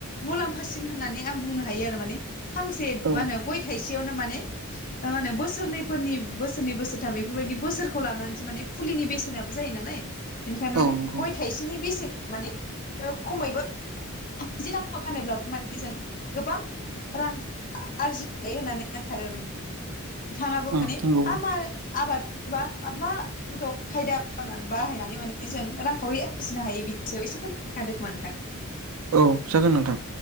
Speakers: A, on the left (about 40°); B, on the right (about 80°).
A: मुलाम्फासिन होननानै आं बुंनो हायो आरो माने फांसे
B: औ
A: मा होनो गय थाइसेयावनो माने मा होनो बोसोरनैफोरनि बोसोरनै बोसोरथाम बेफोरबायदि बोसोरखौ लानानैसो माने फुलिनि बेसेनाबो जायो नालाय बेनिखायनो माने
B: औ नंगौ
A: गय थाइसेनि बेसेन माने खमैबो <unintelligible> फानोब्लाबो माने जों गोबां रां आरजिनो हायो होननानै <inaudible> नोंथाङाबो
B: उम
A: माने
B: नंगौ
A: मा मा आबाद <unintelligible> मा आदब खायदा बाहायनानै माने जों रांखावरि आरजिनो हायो बिनि सायाव एसे <unintelligible> नोंथां।
B: औ जागोन नोंथां